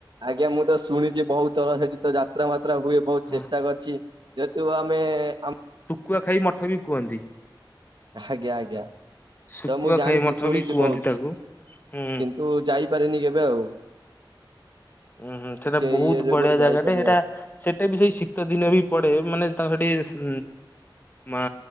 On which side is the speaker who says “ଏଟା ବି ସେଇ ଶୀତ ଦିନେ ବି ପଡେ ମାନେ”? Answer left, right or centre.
Left